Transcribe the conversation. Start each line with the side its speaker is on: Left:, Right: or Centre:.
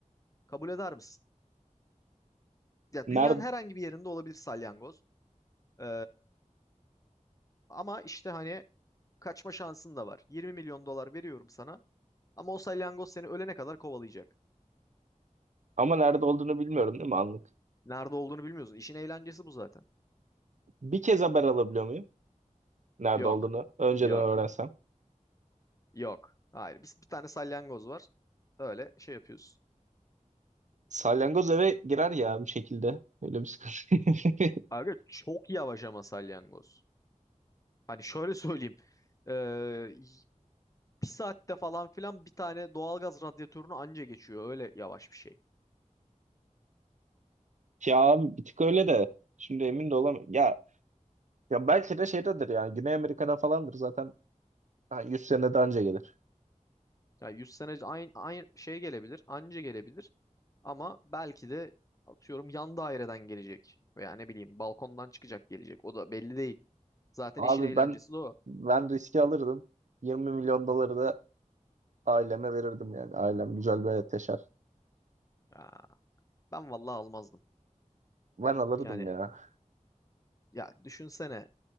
Left: Kabul eder misin? Ya
Right: Nerede
Left: dünyanın herhangi bir yerinde olabilir salyangoz. Ee, ama işte hani kaçma şansın da var. 20 milyon dolar veriyorum sana ama o salyangoz seni ölene kadar kovalayacak.
Right: ama nerede olduğunu bilmiyorum değil mi anlık?
Left: Nerede olduğunu bilmiyorsun. İşin eğlencesi bu zaten.
Right: Bir kez haber alabiliyor muyum? nerede
Left: Yok.
Right: olduğunu önceden
Left: Yok.
Right: öğrensem.
Left: Yok. Hayır. Biz bir tane salyangoz var. Öyle şey yapıyoruz.
Right: Salyangoz eve girer ya bir şekilde. Öyle bir sıkıntı. <laughs>
Left: Aga çok yavaş ama salyangoz. Hani şöyle <laughs> söyleyeyim. Ee, y- bir saatte falan filan bir tane doğalgaz radyatörünü anca geçiyor. Öyle yavaş bir şey.
Right: Ya abi bir tık öyle de. Şimdi emin de olamıyorum. Ya, ya belki de şeydedir yani. Güney Amerika'da falandır zaten. Ha, 100 sene daha önce gelir.
Left: Yani 100 sene aynı, aynı şey gelebilir. Anca gelebilir. Ama belki de atıyorum yan daireden gelecek. Veya ne bileyim balkondan çıkacak gelecek. O da belli değil. Zaten
Right: Abi
Left: işin eğlencesi
Right: ben
Left: de o.
Right: ben riski alırdım. 20 milyon doları da aileme verirdim yani. Ailem güzel bir hayat yaşar.
Left: Ya, ben vallahi almazdım.
Right: Ben alırdım
Left: Yani
Right: ya.
Left: ya düşünsene.